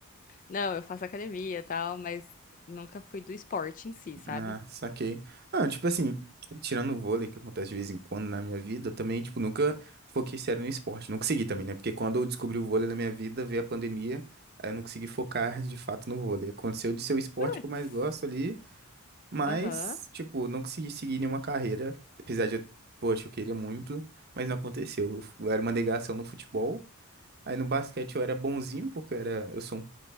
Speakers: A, on the left (about 35°); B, on the right (about 45°).
A: Não, eu faço academia e tal, mas nunca fui do esporte em si, sabe?
B: Ah, saquei. Não, tipo assim, tirando o vôlei, que acontece de vez em quando na minha vida, eu também, tipo, nunca foquei sério no esporte. Não consegui também, né? Porque quando eu descobri o vôlei na minha vida, veio a pandemia, aí eu não consegui focar de fato no vôlei. Aconteceu de ser o esporte
A: Putz.
B: que eu mais gosto ali, mas,
A: Aham.
B: tipo, não consegui seguir nenhuma carreira, apesar de, eu- poxa, eu queria muito, mas não aconteceu. Eu fu- eu era uma negação no futebol. Aí no basquete eu era bonzinho, porque eu era, eu sou um,